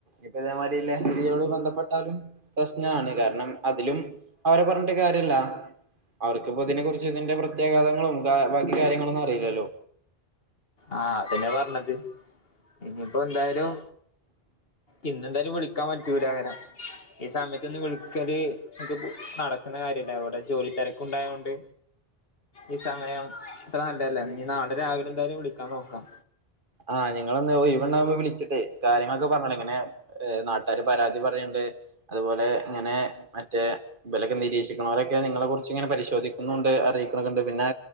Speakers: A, on the right; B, on the left.
A: ഇപ്പ ഇതേമാതിരി ലഹരിയോട് ബന്ധപ്പെട്ടാലും പ്രശ്നമാണ് കാരണം അതിലും അവരെ പറഞ്ഞിട്ട കാര്യമില്ല അവർക്കിപ്പോ ഇതിനെ കുറിച്ച് ഇതിന്റെ പ്ര കഥങ്ങളും ബാക്കി കാര്യങ്ങളൊ ഒന്നും അറിയില്ലല്ലോ
B: ആഹ അതന്നെ പറഞ്ഞത് ഇനിയിപ്പോ എന്തായാലും ഇന് എന്തായാലും വിളിക്കാൻ പറ്റൂലാകാരം ഈ സമയത് ഒന്ന് വിളിക്കല്ക്ക് നടക്കുല കുന്നകാര്യല്ല അവിടെ ജോലി തിരക്ക് ഉണ്ടായത് കൊണ്ട് ഈ സമയം ഇത്ര നല്ലല്ല ഇനി നാളെ രാവിലെ എന്തായാലും വിളിക്കാൻ നോക്കാം
A: ആഹ നിങ്ങളെ ഒഴിവു ഉണ്ടാകുമ്പോൾ വിളിച്ചിട്ട് കാര്യങ്ങളൊക്കെ പറഞ്ഞള് ഇങ്ങനെ നാട്ടാാര് പരാതി പറയണ്ട് അതുപോലെ ഇങ്ങനെ മറ്റേ. ഇബലെക്കെ നിരീക്ഷിക്കണം അലൊക്കെ നിങ്ങളെ കുറിച്ച് ഇങ്ങനെ പരിശോധിക്കുന്നുണ്ട് അറിയിക്കണണ്ട് പിന്നെ